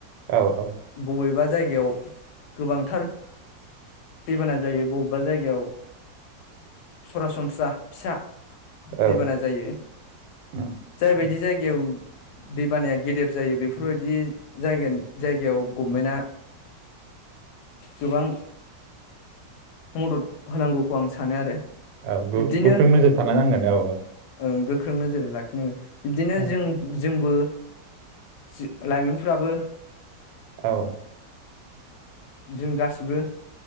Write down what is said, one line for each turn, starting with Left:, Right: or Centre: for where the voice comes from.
Right: औ औ
Left: बबेबा जायगायाव गोबांथार दैबाना जायो बबेबा जायगायाव सरासनस्रा फिसा
Right: औ
Left: दैबाना जायो
Right: उम
Left: जायबायदि जायगा गायाव दै बानाया गेदेर जायो बेफोरबायदि जायगा जायगायाव गभमेन्ट गोबां मदद होनांगौ खौ आं सानो आरो
Right: औ
Left: बिब्दिनो
Right: गोख्रों नोजोर था नांगोन औ औ
Left: ओ गोख्रों नोजोर लाखिनांगो बिदिनो
Right: औ
Left: जों जोंबो जि लाइमोनफोराबो
Right: औ
Left: जों गासिबो